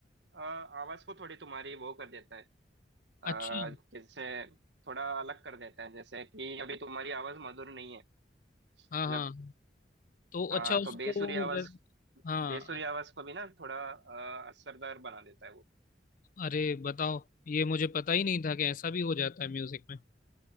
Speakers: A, on the right; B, on the left.
A: अ, आवाज को थोड़ी तुम्हारी वो कर देता है अ,
B: अच्छा
A: जैसे थोड़ा अलग कर देता है जैसे कि अभी तुम्हारी आवाज मधुर नहीं है मतलब
B: हाँ हाँ तो
A: हाँ
B: अच्छा उसको
A: तो बेसुरी आवाज
B: वे- हाँ
A: बेसुरी आवाज को भी ना थोड़ा अ, असरदार बना देता है वो
B: अरे बताओ ये मुझे पता ही नहीं था कि ऐसा भी हो जाता है म्यूजिक में